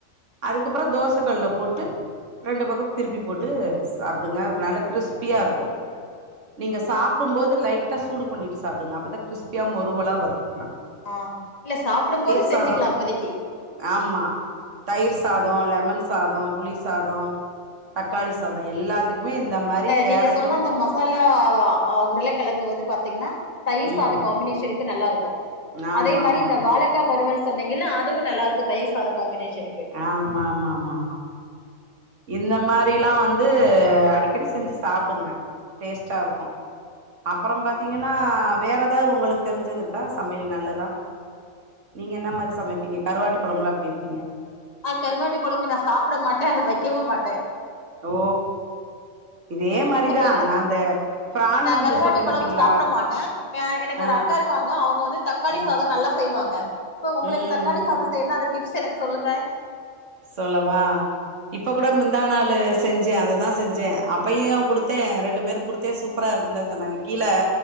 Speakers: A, on the right (about 60°); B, on the left (about 30°).
A: அதுக்கப்புறோ தோச கல்ல போட்டு ரெண்டு பக்கம் திருப்பி போட்டு சாப்பிடுங்க நல்லா கிரிஸ்பியா இருக்கும் நீங்க சாப்டும்போது லைட்டா சூடு பண்ணிட்டு சாப்டுங்க அப்பதா கிரிஸ்பியா மொறுவலா வரும்
B: ஆ இல்ல சாப்டும் போது
A: சாதோ
B: செஞ்சுக்லா அப்போதிக்கு
A: ஆமா தயிர் சாதம் லெமன் சாதம் புளி சாதம்
B: ம் ம்
A: தக்காளி சாதம் எல்லாத்துக்குமே இந்த மாரி கேரட்டும்
B: நீங்க சொன்ன அந்த மசாலா அ உருளக்கெழங்கு வந்து பாத்தீங்ன்னா தயிர்
A: ம்
B: சாத காம்பினேஷனுக்கு நல்லா இருக்கும்
A: ஆமா
B: அதே மாரி
A: ஆமா
B: இந்த
A: ஆமா
B: வாழக்கா வறுவல் சொன்னீங்கல்ல அதுவும் நல்லா இருக்கும் தயிர் சாத காம்பினேஷனுக்கு
A: ஆமாமாமாமா இந்த மாரில்லா வந்து அடிக்கடி செஞ்சி சாப்டுங்க டேஸ்ட்டா இருக்கோ அப்பறோ பாத்தீங்கன்னா வேற எதாவ்து உங்களுக் தெரிஞ்சது இருக்கா சமையல் நல்லதா நீங்க என்ன மாரி சமைப்பீங்க கருவாட்டு கொழம்புலா எப்டி வெப்பீங்க
B: ஆ கருவாட்டு கொழம்பு நா சாப்ட மாட்ட அத வெக்கவே மாட்ட
A: ஓ இதே மாரிதா
B: ஏன்னா
A: நா அந்த பிரான்
B: நா
A: இது
B: கருவாட்டு
A: சொன்னே
B: கொழம்பு
A: பாத்தீங்களா
B: சாப்ட மாட்ட எனக்கு
A: ஆ
B: ஒரு அக்கா இருக்காங்க அவங்க வந்து தக்காளி
A: ம்
B: சாதோ நல்லா செய்வாங்க சோ உங்களுக்கு
A: ம்
B: தக்காளி
A: ம்
B: சாதோ செய்னா அந்த டிப்ஸ் எனக்கு சொல்லுங்க
A: சொல்லவா இப்ப கூட முந்தா நாளு செஞ்ச அத தா செஞ்சே அப்பையோ குடுத்தே ரெண்டு பேரு குடுத்தே சூப்பரா இருக்குன் தா சொன்னாங்க கீழ